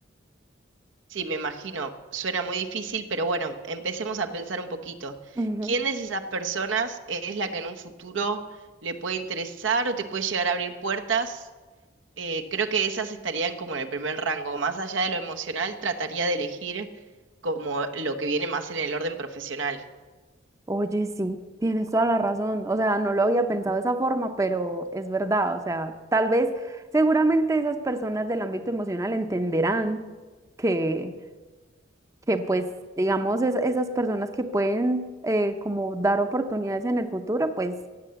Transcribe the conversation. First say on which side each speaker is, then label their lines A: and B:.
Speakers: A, on the right (about 85°); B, on the right (about 15°).
A: Sí, me imagino, suena muy difícil, pero bueno, empecemos a pensar un poquito.
B: Ujú.
A: ¿Quién de esas personas es la que en un futuro le puede interesar o te puede llegar a abrir puertas? Eh, creo que esas estarían como en el primer rango. Más allá de lo emocional, trataría de elegir como lo que viene más en el orden profesional.
B: Oye, sí, tienes toda la razón. O sea, no lo había pensado de esa forma, pero es verdad. O sea, tal vez, seguramente esas personas del ámbito emocional entenderán que, que pues, digamos, es- esas personas que pueden eh, como dar oportunidades en el futuro, pues,